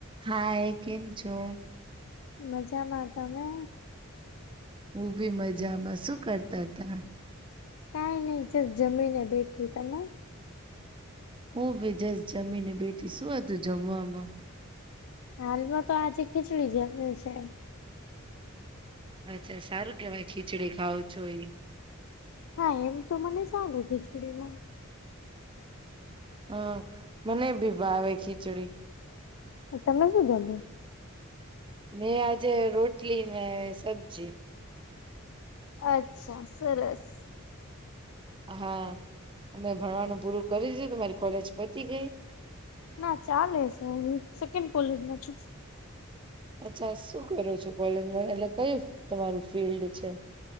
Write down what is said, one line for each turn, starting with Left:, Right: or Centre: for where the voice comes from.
Right: હા એ કેમ છો
Left: મજામાંતા મે
Right: હું બી મજામાં શું કરતા હતા.
Left: કઈ નહી જસ જમી ને બેઠ્યું તમે
Right: હું ભી જસ જમી ને બેઠી શું હતું જમવામાં
Left: હાલમાં તો આજે ખીચડી જમ્યું છે.
Right: અચ્છા સારું કેવાય ખીચડી ખાવ છો એ
Left: હા એમ તો મને સાલું ખીચડીમાં
Right: હા મને ભી ભાવે ખીચડી
Left: તમે શું જમો
Right: મેં આજે રોટલી ને સબ્જી
Left: અચ્છા સરસ
Right: હા અમે ભણવાનું પૂરું કરી દું તમારી કોલેજ પતી ગઈ.
Left: ના ચાલે છે હ સેકન્ડ કોલેજમાં છું.
Right: અચ્છા શું કરો છો કોલેજમાં એટલે કયું તમારું ફિલ્ડ છે.